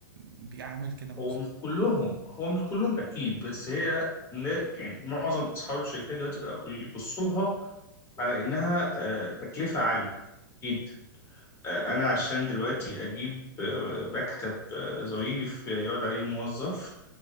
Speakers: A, on the right; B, on the left.
A: بيعامل كده مظبوط
B: هو مش كلهم هو مش كلهم أكيد بس هي ن- يعني معظم أصحاب الشركات دلوقتي بقى بيبصوا لها على إنها آه، تكلفة عالية جدا آه، أنا عشان دلوقتي أجيب آه، مكتب آه، ظريف يقعد عليه موظف